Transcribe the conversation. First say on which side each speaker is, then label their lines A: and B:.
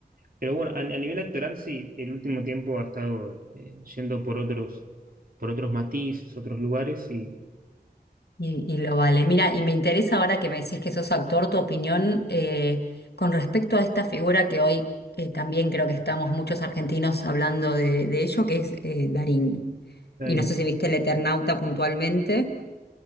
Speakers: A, on the right; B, on the left.
A: pero bueno, a, a nivel actoral sí, el último tiempo ha estado eh, yendo por otros, por otros matices, otros lugares y
B: Y, y lo vale. Mira, y me interesa ahora que me decís que sos actor, tu opinión eh, con respecto a esta figura que hoy eh, también creo que estamos muchos argentinos hablando de, de ello, que es eh, Darín.
A: está
B: Y
A: bien.
B: no sé si viste El Eternauta puntualmente,